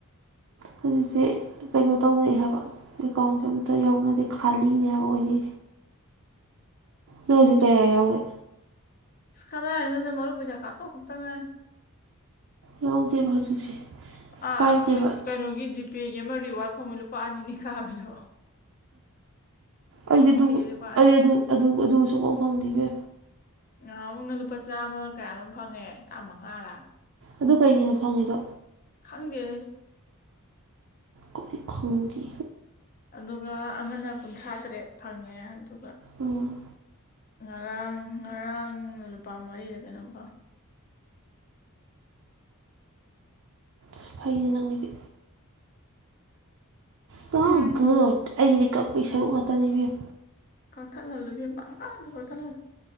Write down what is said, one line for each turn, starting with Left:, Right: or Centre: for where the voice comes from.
Right: ꯍꯧꯖꯤꯛꯁꯦ ꯀꯩꯅꯣ ꯇꯧꯅꯩ ꯍꯥꯏꯕ ꯑꯦꯀꯥꯎꯟꯁꯦ ꯑꯝꯇ ꯌꯧꯅꯗꯦ ꯈꯥꯜꯂꯤꯅꯦ ꯍꯥꯏꯕ ꯑꯣꯏꯁꯦ
Left: <inaudible>
Right: ꯅꯣꯏꯖꯤꯛ ꯀꯌꯥ ꯌꯥꯎꯏꯦ
Left: ꯏꯁꯀꯗꯥ ꯏꯅ ꯃꯔꯨꯕꯨꯖꯥꯀꯥꯇ ꯨꯨꯝꯇꯪꯥꯏ
Right: ꯌꯥꯎꯗꯦꯕ ꯍꯧꯖꯤꯛꯁꯦ
Left: ꯑꯥ
Right: ꯄꯥꯏꯗꯦꯕ
Left: ꯀꯩꯅꯣꯒꯤ ꯖꯤꯄꯦꯒꯤ ꯑꯃ ꯔꯤꯋꯥꯔꯠ ꯐꯪꯕ ꯂꯨꯄꯥ ꯑꯅꯤꯅꯤ ꯈꯥꯕꯤꯔꯛꯑꯣ
Right: ꯑꯦ
Left: ꯂꯨꯄꯥ ꯑꯅꯤ
Right: ꯑꯩꯗꯤꯁꯨꯐꯥꯎ ꯐꯪꯗꯕ
Left: ꯉꯍ ꯑꯃꯨꯛꯅ ꯂꯨꯄꯥ ꯆꯥꯝꯃ ꯀꯌꯥ ꯂꯣꯝ ꯐꯪꯉꯦ ꯆꯥꯝꯃ ꯉꯥꯔ
Right: ꯑꯗꯨ ꯀꯩꯒꯤꯅꯣ ꯐꯪꯉꯤꯗꯣ
Left: ꯈꯪꯦ
Right: ꯀꯣꯏ ꯈꯥꯎꯗꯤ
Left: ꯑꯗꯨꯒ ꯑꯃꯅ ꯀꯨꯟꯊ꯭ꯔꯥ ꯇꯔꯦꯠ ꯐꯪꯉꯦ ꯑꯗꯨꯒ
Right: ꯎꯝ
Left: ꯉꯔꯥꯡ ꯉꯔꯥꯡꯅ ꯂꯨꯄꯥ ꯃꯔꯤꯗ ꯀꯩꯅꯣꯝ ꯄꯥꯎ
Right: ꯁꯤꯨꯐꯥꯏ ꯅꯉꯏꯗꯤ ꯆ
Left: ꯎꯝ
Right: ꯒꯗ ꯑꯩꯒꯤꯗꯤ ꯀꯛꯄꯒꯤ ꯁꯔꯨꯛ ꯉꯥꯛꯇꯅꯤ ꯃꯦꯝ
Left: ꯀꯊ ꯂꯜꯂꯨꯕꯤ ꯄ ꯀꯥꯟꯗ ꯀꯊ ꯂꯜꯂꯨ